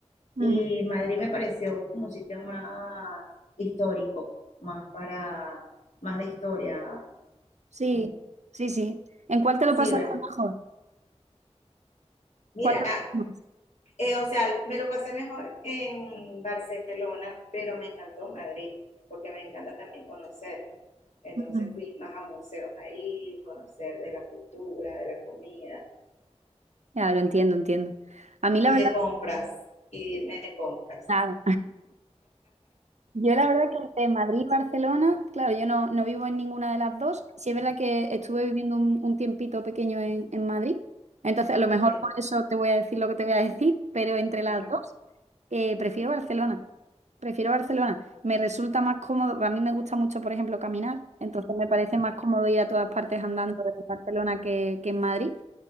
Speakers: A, on the right; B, on the left.
A: Ujú.
B: Y Madrid me pareció como un sitio más histórico, más para, más de historia,
A: Sí,
B: como un
A: sí, sí. ¿En cuál te lo
B: ciber.
A: pasaste mejor?
B: Mira,
A: ¿Cuál te gustó más?
B: Eh, o sea, me lo pasé mejor en Barcelona, pero me encantó Madrid, porque me encanta también conocer. Entonces
A: Ujú.
B: fui más a museos ahí, conocer de la cultura, de la comida
A: Ya, lo entiendo, entiendo. A mí la
B: y
A: verdad,
B: de compras, y irme de compras.
A: nada. Yo la verdad que entre Madrid y Barcelona, claro, yo no, no vivo en ninguna de las dos. Sí es verdad que estuve viviendo un, un tiempito pequeño en, en Madrid, entonces a lo mejor
B: ¿Ok?
A: por eso te voy a decir lo que te voy a decir, pero entre las
B: Ajá.
A: dos eh, prefiero Barcelona. Prefiero Barcelona. Me resulta más cómodo, a mí me gusta mucho, por ejemplo, caminar, entonces me parece más cómodo ir a todas partes andando en Barcelona que, que en Madrid.